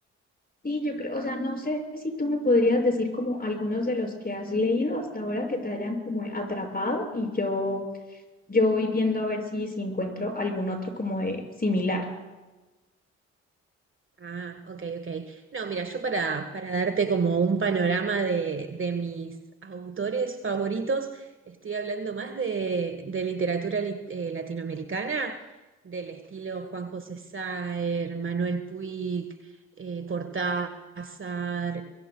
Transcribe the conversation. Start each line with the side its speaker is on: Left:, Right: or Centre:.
Left: Sí, yo creo, o sea, no sé si tú me podrías decir como algunos de los que has leído hasta ahora que te hayan como atrapado y yo, yo voy viendo a ver si, si encuentro algún otro como de similar.
Right: Ah, ok, ok. No, mira, yo para, para darte como un panorama de, de mis autores favoritos, estoy hablando más de, de literatura li- eh, latinoamericana, del estilo Juan José Saer, Manuel Puig, eh, Cortázar,